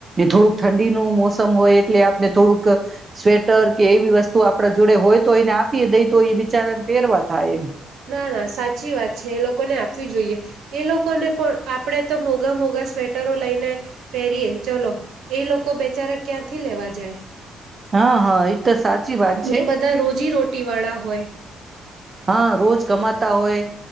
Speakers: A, on the right; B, on the right.
A: થોડુંક ઠંડીનું મોસમ હોય એટલે આપને થોડુંક સ્વેટર કે એવી વસ્તુ આપણા જોડે હોય તો એને આપીએ દઈ તો એ બિચારાને પહેરવા થાય એમ.
B: ના ના સાચી વાત છે એ લોકોને આપવી જોઈએ. એ લોકોને પણ આપડે તો મોઘા મોગા સ્વેટરો લઈને પહેરીએ ચલો એ લોકો બેચારે ક્યારથી લેવા જાય.
A: હા હા એ તો સાચી વાત છે
B: એ બધા રોજી રોટ ટી વાળા હોય..
A: હા, રોજ કમાતા હોય.